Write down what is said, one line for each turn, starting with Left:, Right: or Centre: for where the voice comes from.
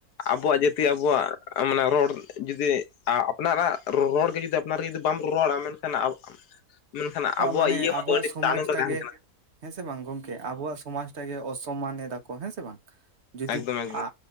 Left: ᱟᱵᱚᱣᱟᱜ ᱡᱟᱹᱛᱤ ᱟᱵᱚᱣᱟᱜ ᱢᱟᱱᱮ ᱨᱚᱲ ᱡᱩᱫᱤ ᱟ-ᱟᱯᱱᱟᱨᱟᱜ ᱨᱚᱲ ᱜᱮ ᱡᱩᱫᱤ ᱟᱯᱱᱟᱨ ᱡᱩᱫᱤ ᱵᱟᱢ ᱨᱚᱲᱟ ᱢᱮᱱ ᱠᱷᱟᱱ ᱟ ᱢᱮᱱ ᱠᱷᱟᱱ ᱟᱵᱚᱣᱟᱜ
Right: ᱢᱟᱱᱮ
Left: ᱤᱭᱟᱹ ᱢᱟᱛᱚ
Right: ᱟᱵᱚᱣᱟᱜ
Left: ᱟᱹᱰᱤ
Right: ᱥᱚᱢᱟᱡᱽ
Left: ᱛᱟᱭᱱᱚᱢ ᱨᱮ
Right: ᱴᱟᱜᱮ
Left: ᱛᱟᱦᱮᱱ ᱠᱟᱱᱟ᱾
Right: ᱦᱮᱸ ᱥᱮ ᱵᱟᱝ ᱜᱚᱝᱠᱮ ᱟᱵᱩᱣᱟᱜ ᱥᱚᱢᱟᱡᱽ ᱴᱟᱜ ᱜᱮ ᱚᱥᱚᱢᱢᱟ ᱮᱫᱟ ᱠᱚ ᱦᱮᱸ ᱥᱮ ᱵᱟᱝ? ᱡᱩᱫᱤ
Left: ᱮᱠᱫᱚᱢ ᱮᱠᱫᱚᱢ
Right: ᱟ